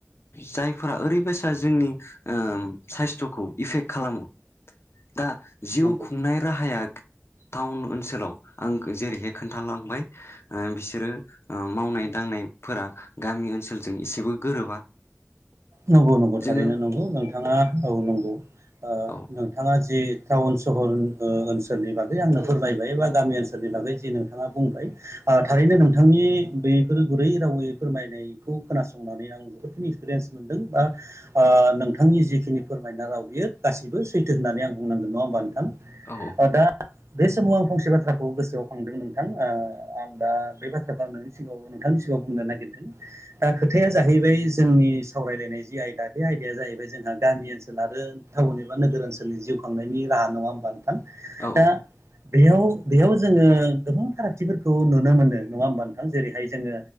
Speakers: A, on the left; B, on the right.
A: जायफोरा ओरैबायदि सा जोंनि ओम साइसथ'खौ इफेक्ट खालामो। दा जिउ
B: नंगौ
A: खुंनाय
B: औ
A: राहाया टाउन ओनसोलाव आं जेरैहाय खोन्थालांबाय ओ बिसोरो ओ मावनाय दांनायफोरा गामि ओनसोलजों एसेबो गोरोबा।
B: नंगौ नंगौ
A: जोङो
B: थारैनो नंगौ नोंथाङा औ नंगौ ओ
A: औ
B: नोंथाङा जि टाउन सहर ओ ओनसोलनि बागै आंनो फोरमायबाय बा गामि ओनसोलनि बागै जि नोंथाङा बुंबाय ओ थारैनो नोंथांनि बैफोर गुरै रावै फोरमायनायखौ खोनासंनानै आं जोबोदखिनो एक्सपिरियेन्स मोनदों बा ओ नोंथांनि जिखिनि फोरमायना राव बियो गासिबो सैथो होननानै आं बुंनांगोन नङा होमबा नोंथां?
A: औ
B: ओ दा बे समाव आं फंसे बाथ्राखौ गोसोआव खांदों नोंथां ओ आं दा बे बाथ्राखौ आं नोंनि सिगाङाव नों नथांनि सिगाङाव बुंनो नागिरदों दा खोथाया जाहैबाय जोंनि सावरायलायनाय जि आयदा बे आयदाया जाहैबाय जोंहा गामि ओनसोल आरो टाउन एबा नोगोर ओनसोलनि जिउ खांनायनि रा हा नङा होमबा नोंथां?
A: औ
B: दा बेयाव बेयाव जोङो गोबां फारागथिफोरखौ नुनो मोनो नङा होमबा नोंथां? जेरैहाय जोङो